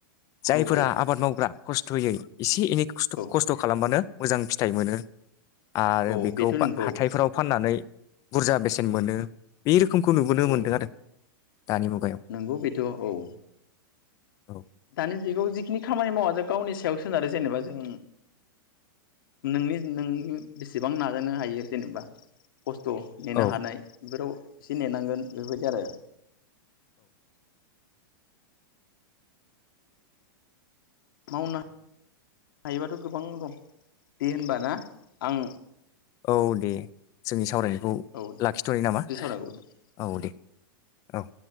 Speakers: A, on the left; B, on the left.
A: जायफोरा
B: औ औ
A: आबाद मावग्रा खस्थ'यै एसे एनै खस्थ'
B: औ
A: खालामबानो मोजां फिथाइ मोनो आरो
B: औ
A: बेखौ
B: बेथ' नंगौ
A: हाथायफोराव फाननानै बुरजा बेसेन मोनो। बे रोखोमखौ नुबोनो
B: औ
A: मोन्दों आरो। दानि मुगायाव
B: नंगौ बेथ' औ।
A: औ
B: दानि जुगाव जिखिनि खामानि मावा जों गावनि सायाव सोनारो जेनेबा जों नोंनि नोंनि बेसेबां नाजानो हायो जेनेबा। खस्थ' नेनो
A: औ
B: हानाय बेफोराव एसे नेनांगोन बेबायदि आरो मावना हायोबाथ' गोबां दं दे होनबाना आं
A: औ दे जोंनि सावरायनाय खौ
B: औ दे
A: लाखिथ'नो नामा
B: बे सावरायनायखौ
A: औ दे औ।